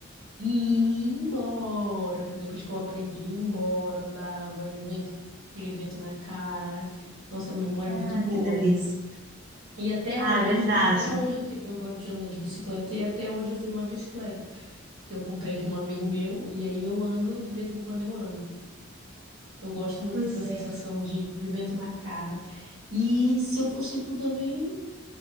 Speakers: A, on the right; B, on the right.
A: e ia embora. Que Depois que eu aprendi, ia embora, andava, e o vento, aquele vento na cara. Nossa, a memória
B: Ai,
A: é muito boa,
B: que delícia.
A: né? E até
B: Ah,
A: hoje,
B: é verdade.
A: até hoje eu, te- eu gosto de andar de bicicleta e até hoje eu tenho uma bicicleta que eu comprei de um amigo meu e aí eu ando, de vez em quando eu ando. Eu gosto muito
B: Pois
A: dessa
B: é.
A: sensação de, de vento na cara. E se eu fosse tu também,